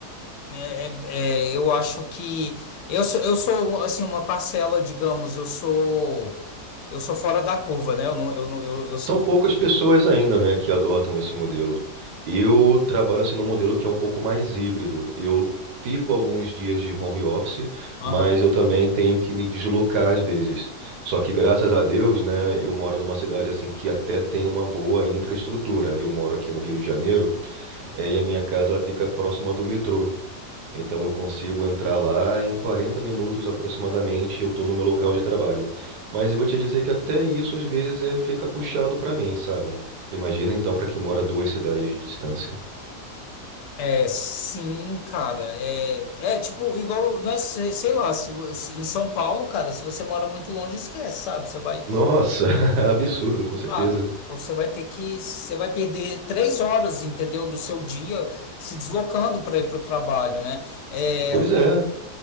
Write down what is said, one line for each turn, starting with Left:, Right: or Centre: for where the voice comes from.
Left: é- é, é, eu acho que eu sou, eu sou, assim, uma parcela, digamos, eu sou, eu sou fora da curva, né? Eu não, eu não, eu, eu sou.
Right: São poucas pessoas ainda, né, que adotam esse modelo. Eu trabalho assim num modelo que é um pouco mais híbrido. Eu fico alguns dias de home office,
Left: Aham.
Right: mas eu também tenho que me deslocar às vezes. Só que graças a Deus, né, eu moro numa cidade assim que até tem uma boa infraestrutura. Eu moro aqui no Rio de Janeiro, eh, e a minha casa ela fica próxima do metrô. Então eu consigo entrar lá em 40 minutos aproximadamente, eu estou no meu local de trabalho. Mas eu vou te dizer que até isso às vezes é, fica puxado para mim, sabe? Imagina então para quem mora duas cidades de distância.
Left: É, sim, cara. É, é tipo, igual, não é, sei sei lá, se, vo- se em São Paulo, cara, se você mora muito longe, esquece, sabe? Você vai,
Right: Nossa, <laughs> absurdo, com certeza.
Left: sabe? Você vai ter que, você vai perder três horas, entendeu, do seu dia se deslocando para ir para o trabalho, né? É,
Right: Pois é,